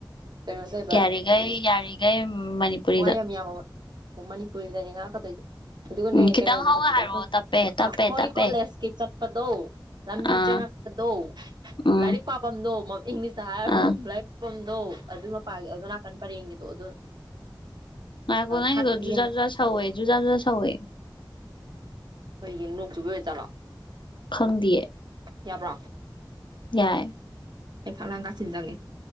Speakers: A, on the right; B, on the left.
A: ꯀꯩꯅꯣ ꯇꯧꯕ
B: ꯌꯥꯔꯤꯈꯩ
A: ꯎ
B: ꯌꯥꯔꯤꯈꯩ ꯃꯅꯤꯄꯨꯔꯤꯗ
A: ꯍꯌꯦꯝ ꯌꯥ ꯑꯣꯃꯅꯤ ꯄꯨꯏꯗꯅꯤꯉ ꯀ ꯇꯣꯏ ꯑꯗꯨꯒꯅꯦ
B: ꯎꯝ ꯈꯤꯇꯪ
A: ꯀꯩꯅꯣꯗ
B: ꯍꯧꯅ
A: ꯆꯠꯄꯗꯣ
B: ꯍꯥꯏꯔꯛꯑꯣ
A: ꯑꯩꯈꯣꯏ
B: ꯇꯞꯄꯦ ꯇꯞꯄꯦ
A: ꯑꯩꯈꯣꯏ
B: ꯇꯞꯄꯦ
A: ꯀꯣꯂꯦꯖꯀꯤ ꯆꯠꯄꯗꯣ ꯂꯝꯕꯤ
B: ꯑꯥ
A: ꯆꯪꯉꯛꯄꯗꯣ
B: ꯎꯝ
A: ꯂꯥꯏꯔꯤꯛ ꯄꯥꯐꯝꯗꯣ ꯏꯪꯂꯤꯁꯇ ꯍꯥꯏꯔꯣꯏ
B: ꯑꯥ
A: ꯂꯥꯏꯐꯝꯗꯣ ꯑꯗꯨ ꯃꯄꯥꯒꯤ ꯑꯗꯣ ꯅꯥꯀꯟ ꯄꯔꯦꯡꯒꯤ ꯑꯗꯨ
B: ꯑ ꯑꯣ ꯀꯗꯣꯖꯨꯖꯥꯖꯨꯖꯥ
A: ꯊꯥꯡꯒꯤ ꯌꯥꯝꯅ
B: ꯁꯎꯏꯦꯖꯨꯖꯥꯖꯨꯖꯥ ꯁꯎꯦ
A: ꯀꯩꯒꯤ ꯅꯣꯡ ꯆꯨꯕ ꯑꯣꯏꯖꯠꯂꯣ
B: ꯈꯪꯗꯌꯦ
A: ꯌꯥꯕ꯭ꯔꯣ
B: ꯌꯥꯏ
A: ꯑꯩ ꯈꯥꯅꯥꯒꯥꯁꯤꯟꯖꯉꯦ